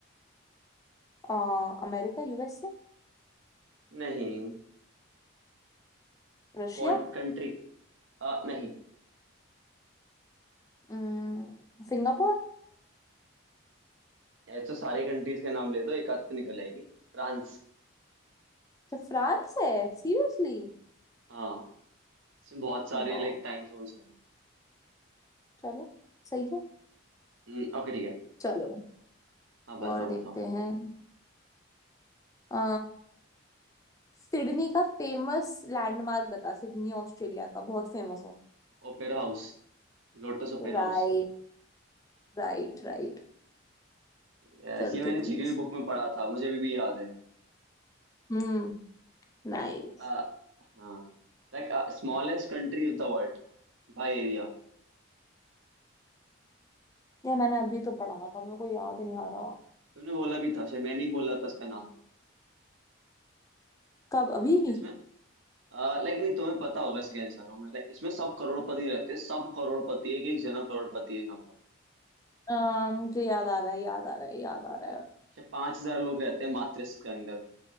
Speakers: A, on the left; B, on the right.
A: आ, अमेरिका यूएसए
B: नहीं
A: रशिया
B: कौन कंट्री आ, नहीं
A: हम्म, सिंगापुर
B: ये तो सारी कंट्रीज के नाम ले दो एक आध तो निकल आएगी फ्रांस
A: अच्छा फ्रांस है सीरियसली
B: हाँ इसमें बहुत सारे
A: वाह
B: लाइक टाइम जोन्स हैं
A: चलो सही है
B: हम्म, ओके ठीक है
A: चलो
B: हाँ बताओ
A: और देखते
B: बताओ
A: हैं अ, सिडनी का फेमस लैंडमार्क बता सिडनी ऑस्ट्रेलिया का बहुत फेमस है
B: Opera house lotus opera
A: राइट
B: house
A: Right right
B: Yes,
A: चल
B: ये मैंने
A: तू पूछ
B: जीके की बुक में पढ़ा था मुझे अभी भी याद है
A: हम्म नाइस
B: आ, हाँ like smallest country of the world by area
A: ये मैंने अभी तो पढ़ा था मेरे को याद नहीं आ रहा
B: तुमने बोला भी था शायद मैंने ही बोला था इसका नाम
A: कब अभी
B: इसमें लाइक नहीं तुम्हें पता होगा इसका आंसर हूँ लाइक इसमें सब करोड़पति रहते हैं सब करोड़पति एक एक जना करोड़पति है यहाँ पर
A: अ, मुझे याद आ रहा है याद आ रहा है याद आ रहा है
B: शायद पांच हजार लोग रहते हैं मात्र इसके अंदर